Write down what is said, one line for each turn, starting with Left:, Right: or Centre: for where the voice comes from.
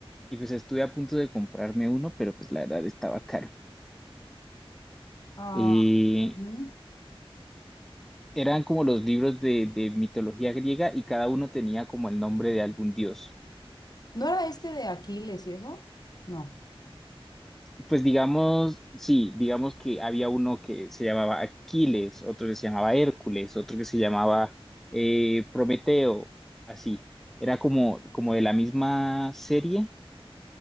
Centre: y pues estuve a punto de comprarme uno, pero pues la verdad estaba caro.
Left: Ah,
Centre: Eh,
Left: ujú.
Centre: eran como los libros de, de mitología griega y cada uno tenía como el nombre de algún dios.
Left: ¿No era este de Aquiles y eso? No.
Centre: Pues digamos, sí, digamos que había uno que se llamaba Aquiles, otro que se llamaba Hércules, otro que se llamaba eh, Prometeo, así. Era como, como de la misma serie,